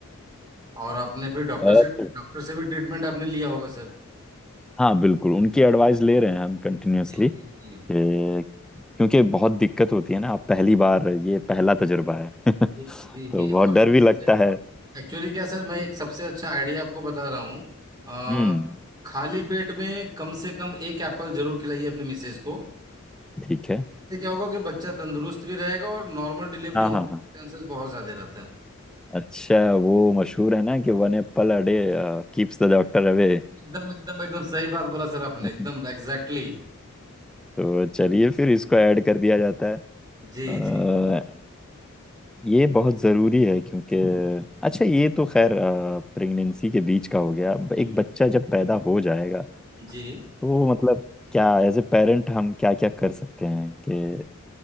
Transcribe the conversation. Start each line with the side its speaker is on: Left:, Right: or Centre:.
Right: और आपने फिर डॉक्टर
Centre: और
Right: से डॉक्टर से भी ट्रीटमेंट आपने लिया होगा सर
Centre: हाँ बिल्कुल उनकी एडवाइस ले रहे हैं हम कंटिन्यूअसली
Right: जी जी जी
Centre: क्योंकि बहुत दिक्कत होती है ना आप पहली बार ये पहला तजुर्बा है <laughs>
Right: जी
Centre: तो
Right: जी जी और
Centre: बहुत डर
Right: ना
Centre: भी लगता
Right: सबसे
Centre: है
Right: एक्चुअली क्या सर मैं एक सबसे अच्छा आइडिया आपको बता रहा हूँ आ,
Centre: हम्म
Right: खाली पेट में कम से कम एक एप्पल जरूर खिलाइए अपनी मिसेज को
Centre: ठीक है
Right: इससे क्या होगा कि बच्चा तंदुरुस्त भी रहेगा और नॉर्मल डिलीवरी
Centre: हाँ
Right: होने
Centre: हाँ
Right: के
Centre: हाँ
Right: चांसेस बहुत ज्यादा रहते हैं
Centre: अच्छा वो मशहूर है ना कि one apple a day keeps the doctor away
Right: एकदम एकदम एकदम सही बात बोला सर आपने
Centre: <laughs>
Right: एकदम एग्जैक्टली exactly.
Centre: तो चलिए फिर इसको ऐड कर दिया जाता है
Right: जी
Centre: अ,
Right: जी
Centre: ये बहुत ज़रूरी है क्योंकि अच्छा ये तो खैर प्रेगनेंसी के बीच का हो गया अब एक
Right: हम्म, हम्म।
Centre: बच्चा जब पैदा हो जाएगा
Right: जी
Centre: तो मतलब क्या एज ए पेरेंट हम क्या क्या कर सकते हैं कि